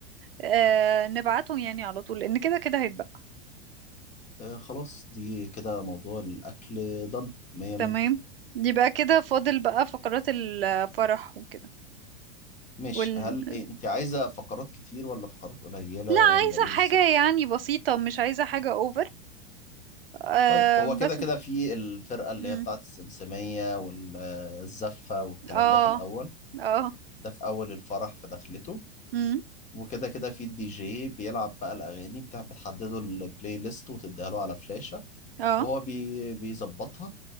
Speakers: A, on the right; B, on the left.
A: آه نبعته يعني على طول لان كده كده هيتبقى
B: آه خلاص دي كده موضوع الاكل ضن مية
A: تمام
B: مية
A: يبقى كده فاضل بقى فقرات الفرح وكده
B: ماشي
A: وال...
B: هل إيه انت عايزه فقرات كتير ولا فقرات قليله
A: لا
B: ولا
A: عايزة
B: ايه
A: حاجة
B: بالظبط
A: يعني بسيطة مش عايزة حاجة اوفر آه
B: طيب هو كده
A: بس
B: كده في الفرقة اللي
A: امم
B: هي بتاعت السمسمية والزفة والكلام
A: اه
B: ده في الأول
A: اه
B: ده في أول الفرح في دخلته
A: امم
B: وكده كده في الدي جي بيلعب بقى الأغاني بتاع بتحدده البلاي ليست وتديها له على فلاشة
A: اه
B: وهو بي بيظبطها